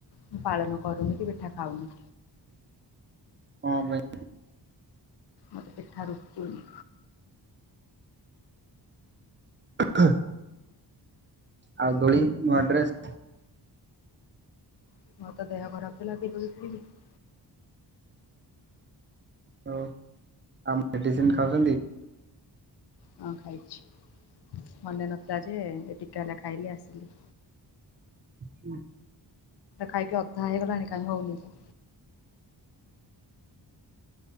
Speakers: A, on the left; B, on the right.
A: ମୁଁ ପାଳନ କରୁନି କି ପିଠା ଖାଉନି।
B: ହଁ ଭାଇ।
A: ମତେ ପିଠା ରୁଚୁନି।
B: <unintelligible> ଆଉ ଦୋଳି ନୂଆ ଡ୍ରେସ୍।
A: <unintelligible>
B: ହ ଆଉ ମେଡିସିନ ଖାଉଛନ୍ତି।
A: ହଁ ଖାଇଛି ମନେ ନଥିଲା ଯେ ଏ ଟିକେ ହେଲା ଖାଇଲି ଆସିଲି।
B: ହୁଁ।
A: ଖାଇକି ଅଥା ହେଇଲାଣି କାଇଁ ହଉନି ତ?